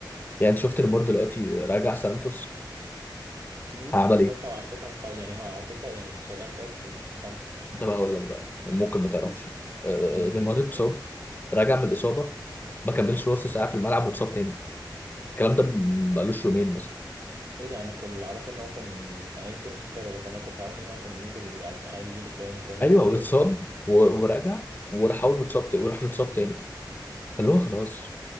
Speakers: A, on the left (about 25°); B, on the right (about 50°).
A: يعني انت شفت نيمار دلوقتي راجع سانتوس
B: امم
A: عمل ايه؟
B: بس هو على فكرة مف... يعني هو على فكرة يعني شغال كويس في في, في سانتوس
A: ده بقى هقول لك بقى ممكن ما تعرفش
B: قول لي
A: آه،
B: امم
A: نيمار اتصاب راجع من الاصابه ما كملش
B: امم
A: نص ساعه في الملعب واتصاب تاني الكلام ده م- بقالوش يومين مثلا
B: ايه ده انا كنت اللي اعرفه ان هو كان انا يمكن مش متابع بس انا كنت اعرفه ان هو كان نزل وكان عادي يجيب اجوان اجوان
A: ايوه
B: وفاولات
A: هو اتصاب
B: و...
A: و- ورجع وراح اول ما اتصاب تاني وراح اتصاب تاني اللي هو خلاص